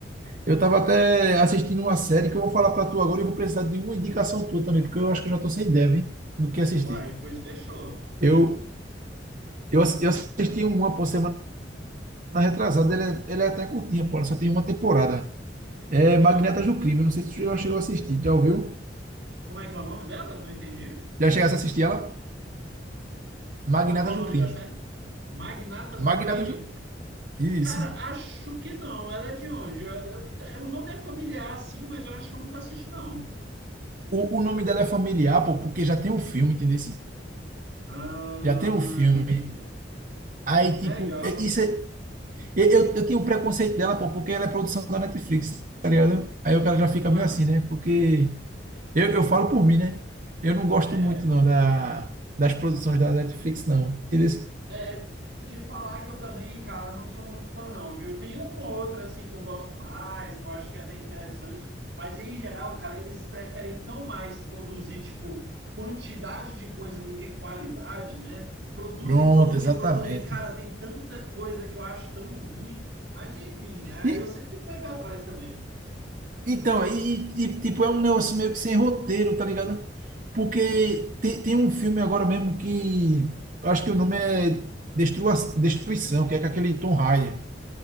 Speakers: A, on the right; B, on the right.
A: Eu tava até assistindo uma série que eu vou falar pra tu agora e vou precisar de uma indicação tua também, porque eu acho que eu já tô sem ideia, velho, do que assistir.
B: Uai, pois fechou.
A: Eu, eu, ass- eu assisti uma por semana Na retrasada, ele é, ele é até curtinha, pô, ela só tem uma temporada. É
B: Hã?
A: Magnatas do Crime, não sei se tu já chegou a assistir, já ouviu?
B: como é que é o nome dela? Não entendi.
A: Já chegasse a assistir ela? Magnatas
B: Qual que é o nome
A: do Crime.
B: da série? Magnatas
A: Magnatas
B: do Crime?
A: do... Isso.
B: Cara, acho que não. Ela é de onde? Eu- eu- é, o nome é familiar, sim, mas eu acho que eu nunca assisti, não.
A: O, o nome dela é familiar, pô, porque já tem um filme, entendeu?
B: Ah,
A: Já tem um filme.
B: entendi.
A: Aí,
B: Legal.
A: tipo, é- isso é... Eu, eu, eu tinha um preconceito dela, pô, porque ela é produção da Netflix, tá ligado? Aí o cara já fica
B: Ah,
A: meio assim, né? Porque eu, eu falo por mim, né? Eu não gosto
B: é.
A: muito, não, da, das produções da Netflix, não. Entendeu?
B: É, te falar que eu também, cara, não sou muito fã, não, viu? Tem um ou outro, assim, que eu gosto mais, que eu acho que é até interessante, mas em geral, cara, eles preferem tão mais produzir, tipo, quantidade de coisa do que qualidade, né? Produzem,
A: Pronto,
B: produzem,
A: exatamente.
B: produzem. Cara, tem tanta coisa que eu acho tão ruim, mas enfim, né?
A: E,
B: Eu sempre fico meio pra trás também.
A: então, e, e, tipo, é um negócio meio que sem roteiro, tá ligado? Porque tem, tem um filme agora mesmo que eu acho que o nome é Destrua, Destruição, que é com aquele Tom Hyde.